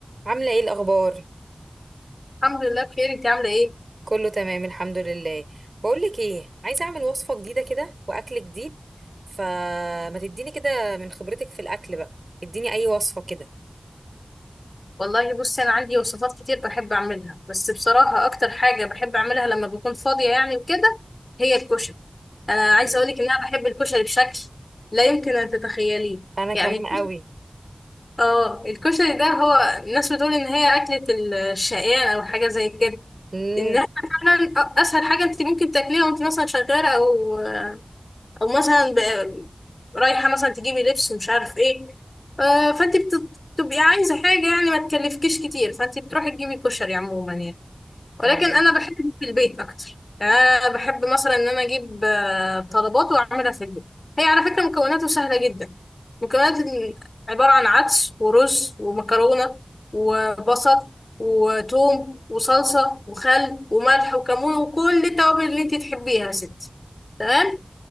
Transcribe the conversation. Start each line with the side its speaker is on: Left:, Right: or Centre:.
Right: عاملة ايه الأخبار؟
Left: الحمد لله بخير انت عامله ايه
Right: كله تمام الحمد لله بقولك ايه عايزة أعمل وصفة جديدة كده وأكل جديد فما تديني كده من خبرتك في الأكل بقى اديني أي وصفة كده
Left: والله بصي انا عندي وصفات كتير بحب اعملها بس بصراحه اكتر حاجه بحب اعملها لما بكون فاضيه يعني وكده هي الكشري انا عايزه
Right: مم.
Left: اقول لك ان انا بحب الكشري بشكل لا يمكن ان تتخيليه
Right: أنا كمان
Left: يعني
Right: قوي
Left: اه الكشري ده هو الناس بتقول ان هي اكله الشقيان او حاجه زي كده
Right: امم
Left: انها فعلا اسهل حاجه انت ممكن تاكليها وانت مثلا شغاله او او مثلا ب- رايحه مثلا تجيبي لبس ومش عارف ايه آه، فانت بت- بتبقي عايزه حاجه يعني ما تكلفكيش كتير فانت بتروحي تجيبي كشري عموما يعني ولكن
Right: آه،
Left: انا بحب في البيت اكتر يعني انا بحب مثلا ان انا اجيب آه، طلبات واعملها في البيت هي على فكره مكوناته سهله جدا مكونات عباره عن عدس ورز ومكرونه وبصل وتوم وصلصه وخل وملح وكمون وكل التوابل اللي انت تحبيها يا ستي تمام